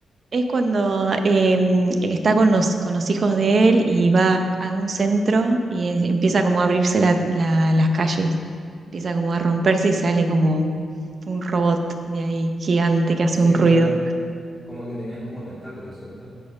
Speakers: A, on the right; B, in the centre.
A: Es cuando em, está con los, con los hijos de él y va a un centro y es- empieza como a abrirse la- la- las calles, empieza como a romperse y sale como un robot de ahí gigante que hace
B: Sí
A: un ruido,
B: que eran como que tenían como tentáculos, ¿cierto?